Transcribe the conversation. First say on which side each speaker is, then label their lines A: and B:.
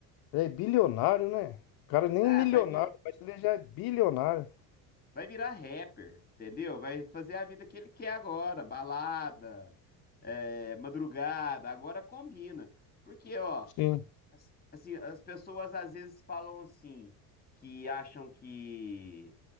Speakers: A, on the left; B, on the left.
A: já é bilionário, né? O cara nem
B: Ah,
A: é milionário,
B: vai vir,
A: mas ele já é bilionário.
B: vai virar rapper, entendeu? Vai fazer a vida que ele quer agora, balada, é, madrugada, agora combina. Porque, ó,
A: Sim,
B: Assim, as pessoas às vezes falam assim, que acham que